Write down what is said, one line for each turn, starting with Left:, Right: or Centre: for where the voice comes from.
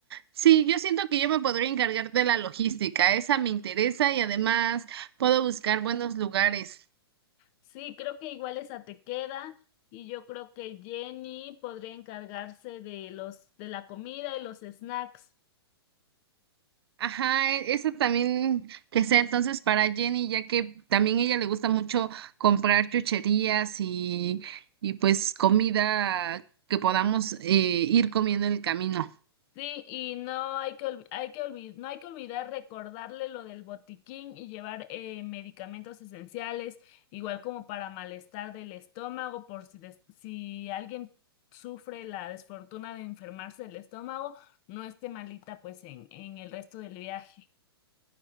Right: Sí, yo siento que yo me podría encargar de la logística. Esa me interesa y además puedo buscar buenos lugares.
Left: Sí, creo que igual esa te queda y yo creo que Jenny podría encargarse de los de la comida y los snacks.
Right: Ajá, e- eso también que sea entonces para Jenny, ya que también ella le gusta mucho comprar chucherías y, y pues comida que podamos eh, ir comiendo en el camino.
Left: Sí, y no hay que, olvi- hay que olvi- no hay que olvidar recordarle lo del botiquín y llevar eh, medicamentos esenciales, igual como para malestar del estómago, por si, des- si alguien sufre la desfortuna de enfermarse del estómago, no esté malita pues en, en el resto del viaje.